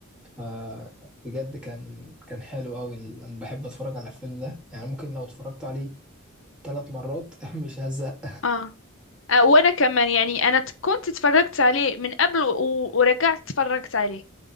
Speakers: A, in the centre; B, on the left (about 65°).
A: فبجد كان كان حلو قوي ال- انا بحب اتفرج على الفيلم ده يعني ممكن لو اتفرجت عليه ثلاث مرات <laughs> مش هزهق
B: آه آه، وانا كمان يعني انا ت- كنت اتفرجت عليه من قبل و- ورجعت اتفرجت عليه